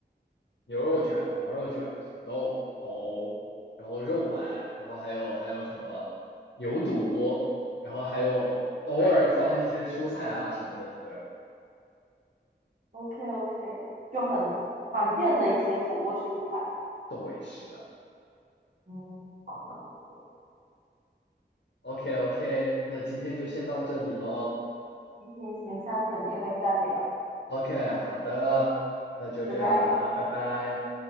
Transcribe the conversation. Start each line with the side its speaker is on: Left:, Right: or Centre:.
Left: 牛肉卷、羊肉卷、土豆、藕，然后肉丸，然后还有还有什么牛肚，然后还有偶尔放一些蔬菜啊什么的。对，
Right: ？OK OK，就很常见的一些火锅食材。
Left: 对，是的。
Right: 嗯，好的，好的
Left: OK OK，那今天就先到这里喽。
Right: 行行行，下次有机会再聊，
Left: OK，好的，那就这样啦，
Right: 拜拜。
Left: 拜拜。